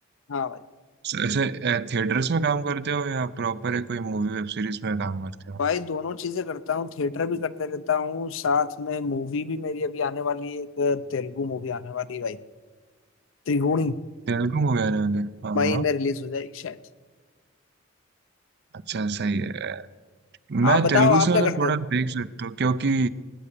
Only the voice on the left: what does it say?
हाँ भाई
भाई दोनों चीजें करता हूँ थिएटर भी करते रहता हूँ साथ में मूवी भी मेरी अभी आने वाली है एक तेलुगु मूवी आने वाली है भाई त्रिगुणी
मई
में रिलीज हो जाएगी शायद
आप बताओ
आप क्या
करते
हो